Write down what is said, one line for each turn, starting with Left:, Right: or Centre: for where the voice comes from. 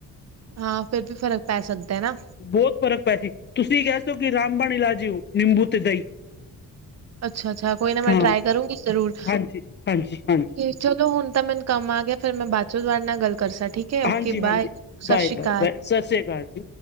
Right: ਹਾਂ, ਫਿਰ ਤੇ ਫ਼ਰਕ ਪੈ ਸਕਦਾ ਨਾ।
Left: ਬਹੁਤ ਫ਼ਰਕ ਪੈਸੀ, ਤੁਸੀਂ ਕਹਿਸੋ ਕੀ, ਰਾਮਬਾਣ ਇਲਾਜ ਹੈ ਓ, ਨਿੰਬੂ ਤੇ ਦਹੀਂ
Right: ਅੱਛਾ-ਅੱਛਾ, ਕੋਈ ਨਾ ਮੈਂ
Left: ਹਾਂ
Right: ਟ੍ਰਾਈ ਕਰੂੰਗੀ ਜ਼ਰੂਰ,
Left: ਹਾਂਜੀ ਹਾਂਜੀ ਹਾਂਜੀ
Right: ਚਲ ਚਲੋ ਹੁਣ ਤਾਂ ਮੈਨੂੰ ਕੰਮ ਆਗਿਆ। ਫਿਰ ਮੈਂ ਬਾਅਦ'ਚੋਂ ਤੁਹਾਡੇ ਨਾਲ ਗੱਲ ਕਰਸਾ ਠੀਕ ਹੈ, ਓਕੇ,
Left: ਹਾਂਜੀ ਹਾਂਜੀ
Right: ਬਾਏ,
Left: ਬਾਏ
Right: ਸਤਿ ਸ਼੍ਰੀ
Left: ਬਾਏ
Right: ਅਕਾਲ।
Left: ਬਾਏ ਸਤਿ ਸ੍ਰੀ ਅਕਾਲ ਜੀ